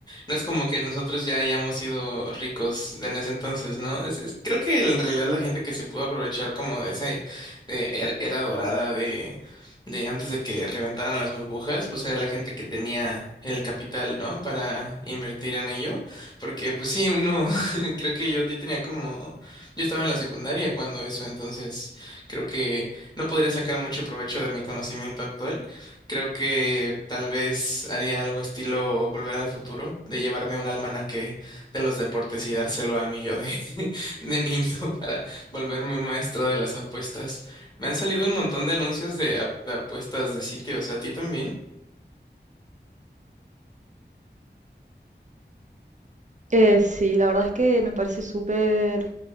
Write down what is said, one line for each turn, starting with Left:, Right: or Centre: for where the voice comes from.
Left: No es como que nosotros ya hayamos sido ricos en ese entonces, ¿no? Es, es- creo que en realidad la gente que se pudo aprovechar como de esa eh, de er- era dorada de, de antes de que reventaran las burbujas, pues era la gente que tenía el capital, ¿no? Para invertir en ello. Porque, pues sí, uno, <laughs> creo que yo, yo tenía como, yo estaba en la secundaria cuando eso, entonces creo que no podría sacar mucho provecho de mi conocimiento actual. Creo que tal vez haría algo estilo Volver al Futuro, de llevarme un almanaque de los deportes y dárselo a mi yo de, <laughs> de niño para volverme un maestro de las apuestas. Me han salido un montón de anuncios de, ap- de apuestas de sitios, ¿a ti también?
Right: Eh, sí, la verdad es que me parece súper,